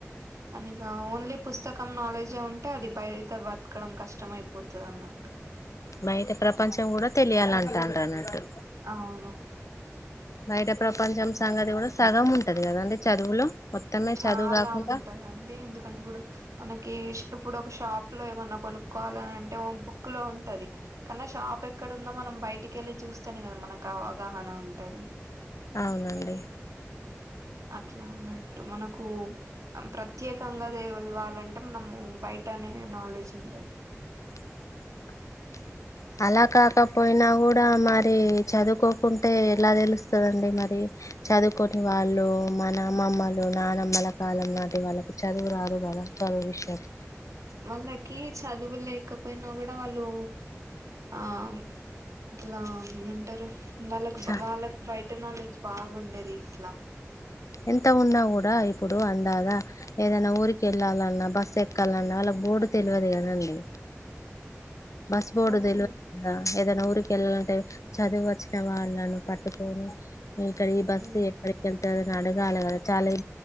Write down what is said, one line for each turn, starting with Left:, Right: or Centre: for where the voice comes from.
Right: కానీ ఇక ఓన్లీ పుస్తకం నాలెడ్జే ఉ అంటే అది బయట బతకడం కష్టమ అయిపోతుంది అన్నట్టు.
Left: బైట ప్రపంచం కూడా తెలియాలంటన్నారు అన్నట్టు.
Right: అవును.
Left: బయట ప్రపంచం సంగతి కూడా సగం ఉంటది కదా అండి చదువులో. మొత్తమే
Right: చాలా
Left: చదువు కాకుండా
Right: ఉంటదండి ఎందుకంటే ఇప్పుడు, మనకి ఇప్పుడు ఒక షాప్ లో ఏమన్నా కొనుక్కోవాలని అంటే ఓ బుక్ లో ఉంటది కానీ షాప్ పాప ఎక్కడ ఉందో మనం బయటికి వెళ్ళి చూస్తానే కదా మనకు అవగాహన ఉంటాది.
Left: అవునండి.
Right: అట్లా ఉన్నట్టు మనకు ప్రత్యేకంగా తెళ్వాలంటే మనము బయట బయటనే నాలెడ్జ్ ఉంటది.
Left: <unintelligible> అలా కాకపోయినా కూడా మరి. చదువుకోకుంటే ఎలా దెలుస్తదండి మరి చదువుకొని వాళ్ళూ మన అమ్మమ్మలు నానమ్మల కాలం నాటి వాళ్ళకు చదువు రాదు గద చదువ్విష్యాలు.
Right: వాళ్ళకి చదువు లేకపోయ్న గుడా వాళ్ళూ ఆమ్ ఇట్లా ఏమంటరు మ్ వాళ్ళక్
Left: చ
Right: వాళ్ళక్ బై టెనాలెడ్జ్ బాగుండేది ఇట్ల.
Left: ఎంత ఉన్నా గుడా ఇప్పుడు అందాగా ఏదన్న ఊరికెళ్ళాలన్నా బస్సెక్కల్లన్న వాల్ల బోడు తెలివదు గదండి. బస్ బోడు
Right: కానీ
Left: తెలువదు <unintelligible> ద ఏదన్న ఊర్ <unintelligible> కెళ్ళాలంటే చదువొచ్చిన వాళ్ళను పట్టుకోని ఇంక ఈ బస్సు
Right: ఉమ్
Left: ఎక్కడికెళ్ తదని అడుగాలె గద చాల ఎ